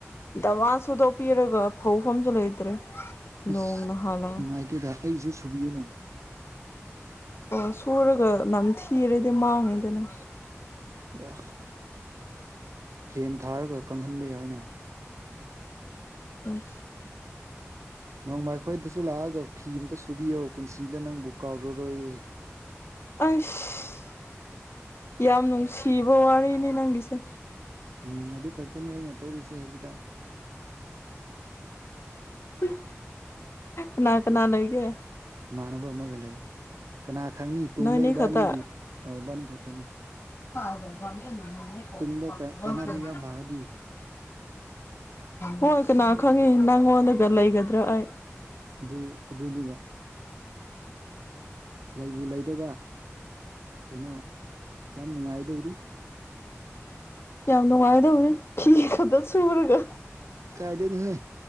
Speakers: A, on the left; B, on the right.
A: ꯗꯃꯥ ꯁꯨꯗꯣꯛꯄꯤꯔꯒ ꯐꯧ ꯐꯝꯁꯨ ꯂꯩꯇ꯭ꯔꯦ
B: ꯑꯁ
A: ꯅꯣꯡꯅ ꯍꯥꯜꯂꯒ
B: ꯅꯨꯡꯉꯥꯏꯇꯦꯗ ꯑꯩꯖꯨ ꯁꯨꯕꯤꯌꯨꯅꯦ
A: ꯑꯥ ꯁꯨꯔꯒ ꯅꯝꯊꯤꯔꯗꯤ ꯃꯥꯡꯅꯤꯗꯅ
B: ꯑ ꯐꯦꯟ ꯊꯥꯔꯒ ꯀꯪꯍꯟꯕ ꯌꯥꯏꯅ
A: ꯑꯝ
B: ꯅꯣꯡꯃ ꯑꯩꯈꯣꯏꯗꯁꯨ ꯂꯥꯛꯑꯒ ꯐꯤ ꯑꯝꯇ ꯁꯨꯕꯤꯌꯣ ꯄꯨꯟꯁꯤꯗ ꯅꯪꯕꯨ ꯀꯥꯎꯔꯔꯣꯏꯌꯦ
A: ꯑꯩꯁ ꯌꯥꯝ ꯅꯨꯡꯁꯤꯕ ꯋꯥꯔꯤꯅꯤ ꯅꯪꯒꯤꯁꯦ
B: ꯎꯝ ꯑꯗꯨ ꯈꯛꯇꯅꯤ ꯑꯩꯅ ꯇꯧꯔꯤꯁꯦ ꯍꯧꯖꯤꯛꯀꯥꯟ
A: ꯎꯍꯨꯝ ꯀꯅꯥ ꯀꯅꯥ ꯂꯩꯒꯦ
B: ꯏꯃꯥꯟꯅꯕ ꯑꯃꯒ ꯂꯩ ꯀꯅꯥ ꯈꯪꯅꯤ ꯇꯨꯡꯗ
A: ꯅꯣꯏꯅꯤ
B: ꯏꯕꯥꯅꯤꯒꯤ
A: ꯈꯛꯇ
B: ꯑꯣ ꯏꯕꯥꯅꯤ ꯈꯇꯅꯤ
A: <unintelligible>
B: ꯇꯨꯡꯗ ꯀꯥꯟꯅꯕ ꯌꯥꯝ ꯂꯥꯛꯑꯗꯤ
A: ꯍꯣꯏ ꯀꯅꯥ ꯈꯪꯉꯤ ꯅꯪꯉꯣꯟꯗꯒ ꯂꯩꯒꯗ꯭ꯔ ꯑꯩ
B: ꯑꯗꯨ ꯑꯗꯨꯅꯤꯕ ꯂꯩꯕꯨ ꯂꯩꯗ꯭ꯔꯕ ꯀꯩꯅꯣ ꯌꯥꯝ ꯅꯨꯡꯉꯥꯏꯗꯣꯔꯤ
A: ꯌꯥꯝ ꯅꯨꯡꯉꯥꯏꯗꯧꯔꯤ ꯐꯤ ꯈꯇ ꯁꯨꯔꯒ
B: ꯀꯥꯏꯗꯩꯅꯣꯍꯦ